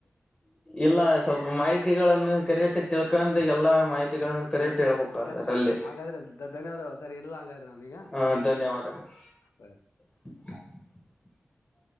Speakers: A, on the left (about 20°); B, on the left (about 85°).
A: ಇಲ್ಲ ಸ್ವಲ್ಪ ಮಾಹಿತಿಗಳನ್ನು ಕರೆಟ್ಟಿ ತಿಳ್ಕೊಂಡ ಎಲ್ಲಾ ಮಾಹಿತಿಗಳನ್ನು. ಕರೆಕ್ಟ್ ಹೇಳ್ಬೇಕು
B: ಹಾಗಾದ್ರೆ
A: ಅದರಲ್ಲಿ
B: ಹಾಗಾದ್ರೆ ಧನ್ಯವಾದಗಳು ಸರಿ ಇಲ್ಲ ಹಾಗಾದ್ರೆ ನಾನೀಗ.
A: ಹ ಧನ್ಯವಾದಗಳು
B: <unintelligible>
A: <unintelligible>